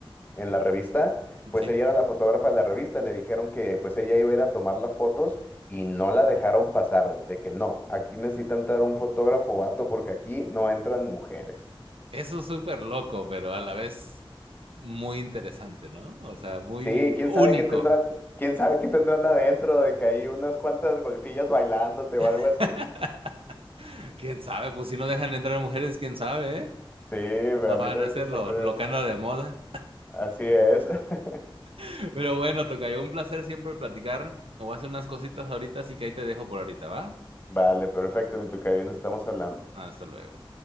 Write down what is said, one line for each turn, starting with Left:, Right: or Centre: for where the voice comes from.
Left: en la revista, pues
Right: sí.
Left: ella era la fotógrafa de la revista, le dijeron que pues ella iba a ir a tomar las fotos y no la dejaron pasar, güey, de que no, aquí necesita entrar un fotógrafo vato porque aquí no entran mujeres.
Right: Eso es súper loco, pero a la vez muy interesante, ¿no? O sea, muy
Left: Sí, quién
Right: único.
Left: sabe qué tendrán, quién sabe qué tendrán adentro, de que hay unas cuantas golfillas bailándote o algo
Right: <laughs>
Left: así.
Right: ¿Quién sabe? Pues si no dejan entrar mujeres, ¿quién sabe, eh?
Left: Sí, pero
Right: No
Left: a mí
Right: van
Left: también
Right: a hacer
Left: me sacó
Right: lo,
Left: de
Right: lo
Left: onda.
Right: que anda de moda.
Left: Así es. <laughs>
Right: <laughs> Pero bueno, tocayo, un placer siempre platicar. Me voy a hacer unas cositas ahorita, así que ahí te dejo por ahorita, ¿va?
Left: Vale, perfecto, mi tocayo, nos estamos hablando.
Right: Hasta luego.